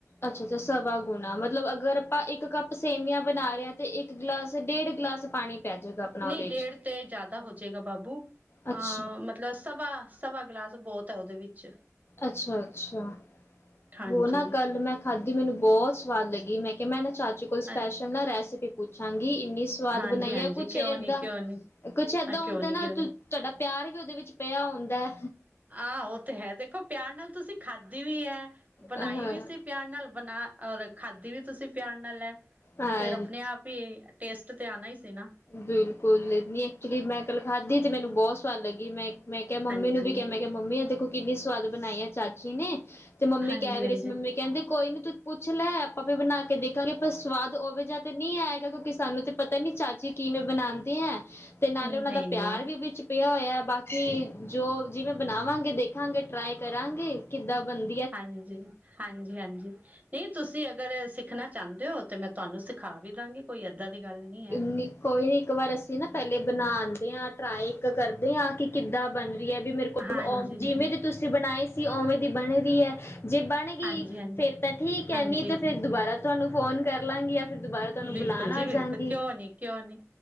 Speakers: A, on the left (about 50°); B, on the right (about 30°).
A: ਅੱਛਾ-ਅੱਛਾ ਸਵਾ ਗੁਣਾ ਮਤਲਬ ਅਗਰ ਆਪਾਂ ਇੱਕ ਕੱਪ ਸੇਵੀਆਂ ਬਣਾ ਰਹੇ ਆ ਤੇ ਇੱਕ ਗਲਾਸ ਡੇਢ ਗਲਾਸ ਪਾਣੀ ਪੈ ਜਾਏਗਾ ਆਪਣਾ
B: ਨਹੀਂ
A: ਉਹਦੇ
B: ਡੇਢ
A: ਚ
B: ਤੇ ਜ਼ਿਆਦਾ ਹੋਜੇਗਾ ਬਾਬੂ ਅਹ
A: ਅੱਛਾ,
B: ਮਤਲਬ ਸਵਾ ਸਵਾ ਗਲਾਸ ਬੋਤ ਹੈ ਓਦੇ ਵਿੱਚ
A: ਅੱਛਾ-ਅੱਛਾ।
B: ਹਾਂਜੀ
A: ਵੋ ਨਾ ਕੱਲ ਮੈਂ ਖਾਧੀ ਮੈਨੂੰ ਬੋਤ ਸਵਾਦ ਲੱਗੀ ਮੈਂ ਕਯਾ ਮੈਂ ਨਾ ਚਾਚੀ ਕੋਲ ਸਪੈਸ਼
B: ਅ
A: ਲ ਨਾ ਰੈਸੀਪੀ ਪੁੱਛਾਂਗੀ ਇੰਨੀ ਸ ਸਵਾਦ
B: ਹਾਂਜੀ-ਹਾਂਜੀ
A: ਬਨਾਈ ਏ ਕੁਛ
B: ਕਿਉਂ
A: ਏਦਾਂ
B: ਨੀ ਕਿਉਂ ਨੀ
A: ਕੁਛ ਏਦਾਂ
B: ਆ ਕਿਉਂ
A: ਹੁੰਦਾ
B: ਨੀ
A: ਨਾ
B: ਕਿਉਂ
A: ਤੁਹਾਡਾ
B: ਨੀ
A: ਪਿਆਰ ਵੀ ਉਦੇ ਵਿੱਚ ਪਿਆ ਹੁੰਦਾ ਐ।
B: ਹਾਂ ਓ ਤੇ ਹੈ ਦੇਖੋ ਪਿਆਰ ਨਾਲ ਤੁਸੀਂ ਖਾਧੀ ਵੀ ਐ ਬਨਾਈ
A: ਹਾਂ
B: ਵੀ ਸੀ ਪਿਆਰ ਨਾਲ ਬਨਾ ਔਰ ਖਾਧੀ ਵੀ ਤੁਸੀਂ ਪਿਆਰ ਨਾਲ ਐ
A: ਹਾਂ
B: ਤੇ ਫੇਰ ਅਪਨੇ ਆਪ ਵੀ ਟੇਸਟ ਤੇ ਆਨਾ ਈ ਸੀ ਨਾ।
A: ਬਿਲਕੁਲ ਨੀ ਐਕਚੁਲੀ ਮੈਂ ਕੱਲ ਖਾਧੀ ਤੇ ਮੈਨੂੰ ਬੋਤ ਸਵਾਦ ਲੱਗੀ ਮੈਂ ਮੈਂ ਕਯਾ ਮੰਮੀ
B: ਹਾਂਜੀ
A: ਨੂੰ ਵੀ ਕਯਾ ਮੈਂ ਕਿ ਮੰਮੀ ਐ ਦੇਖੋ ਕਿੰਨੀ ਸਵਾਦ ਬਨਾਈ ਆ ਚਾਚੀ ਨੇ ਤੇ ਮੰਮੀ
B: ਹਾਂਜੀ-ਹਾਂਜੀ
A: ਕਹਿ ਵੀ ਸੀ ਮੰਮੀ ਕਹਿੰਦੇ ਕੋਈ ਨੀ ਤੂੰ ਪੁੱਛ ਲੈ ਆਪਾਂ ਵੀ ਬਨਾ ਕੇ ਦੇਖਾਂਗੇ ਪਰ ਸਵਾਦ ਓਵੇਂ ਜਾ ਤੇ ਨੀ ਆਏਗਾ ਕਿਉਂਕਿ ਸਾਨੂੰ ਤਾਂ ਪਤਾ ਨੀ ਚਾਚੀ ਕਿਵੇਂ ਬਨਾਂਦੇ ਐ ਤੇ ਨਾਲੇ
B: ਨਹੀਂ-ਨਹੀਂ
A: ਓਨਾਂ ਦਾ ਪਿਆਰ
B: ਹਾਂਜੀ-ਹਾਂਜੀ-ਹਾਂਜੀ
A: ਵੀ ਵਿੱਚ ਪਿਆ ਹੋਇਆ ਬਾਕੀ ਜੋ ਜਿਵੇਂ ਬਨਾਵਾਂਗੇ, ਦੇਖਾਂਗੇ ਟਰਾਈ ਕਰਾਂਗੇ ਕਿੱਦਾਂ ਬਨ
B: ਹਾਂਜੀ, ਹਾਂਜੀ-ਹਾਂਜੀ। ਨਈ, ਤੁਸੀਂ ਅਗਰ ਸਿੱਖਨਾ ਚਾਂਦੇ ਓ ਤੇ ਮੈਂ ਤੁਹਾਨੂੰ ਸਿਖਾ ਵੀ ਦਾਂਗੀ ਕੋਈ ਏਦਾਂ ਦੀ ਗੱਲ ਨਹੀਂ ਹੈ
A: ਇਨੀ ਕੋਈ ਨੀ, ਇੱਕ ਵਾਰ ਅਸੀਂ ਨਾ ਪਹਿਲੇ ਬਨਾਂਦੇ ਆਂ, ਟਰਾਈ ਇੱਕ ਕਰਦੇ ਆਂ ਕਿ ਕਿੱਦਾਂ ਬਨ ਰੀ ਐ ਵੀ ਮੇਰੇ
B: ਹਾਂਜੀ
A: ਜਿਵੇਂ ਦੀ ਤੁਸੀਂ ਬਣਾਈ ਸੀ, ਉਵੇਂ ਦੀ ਬਣ ਰੀ ਐ ਜੇ ਬਣ ਗੀ
B: ਹਾਂਜੀ-ਹਾਂਜੀ
A: ਫੇਰ
B: ਹਾਂਜੀ
A: ਤਾਂ ਠੀਕ
B: ਹਾਂਜੀ
A: ਐ ਨੀ ਤੇ ਫੇਰ ਦੁਬਾਰਾ ਤੁਹਾਨੂੰ ਫੋਨ ਕਰ ਲਾਂਗੀ। ਫਿਰ ਦੁਬਾਰਾ ਤੁਹਾਨੂੰ
B: ਬਿਲਕੁਲ
A: ਬੁਲਾਣ ਆ
B: ਜੀ ਬਿਲਕੁਲ,
A: ਜਾਂਗੀ।
B: ਕਿਉਂ ਨੀ, ਕਿਉਂ ਨੀ।